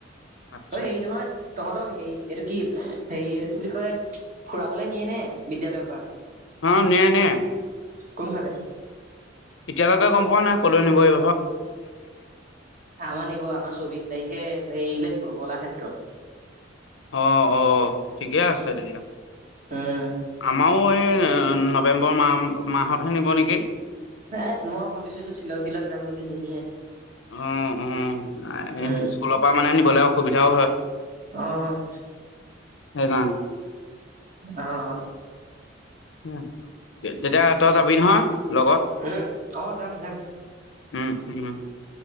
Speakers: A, on the left; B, on the right.
A: আচ্ছা
B: অ', হেৰি নহয় তহঁতক হেৰি এইটো কি, হেৰি এইটো কি বুলি কয় ফুৰাবলৈ নিয়ে নে বিদ্যালয় পৰা?
A: অ', নিয়ে, নিয়ে।
B: কোনফালে?
A: এতিয়ালৈকে গম পোৱা নাই ক'লৈ নিব এই
B: আমাৰ নিব, আমাৰ চৌবিশ তাৰিখে হেয়িলে নিব কলাক্ষেত্ৰ <unintelligible>
A: অ', অ', ঠিকে আছে তেতিয়া
B: উম
A: আমাৰো এ নৱেম্বৰ মাহ, মাহতহে নিব নেকি?
B: এ, মই ভাবিছিলোঁ শ্বিলং, তিলং যাম বুলি নিনিয়ে।
A: অ', অ',
B: উম
A: ইস্কুলৰ পা মানে নিবলে সুবিধাও হয়
B: অ'।
A: সেইকাৰণে।
B: অ'।
A: <unintelligible> তেতিয়া তই যাবি নহয়, লগত?
B: উম অ যাম যাম
A: উম, উম।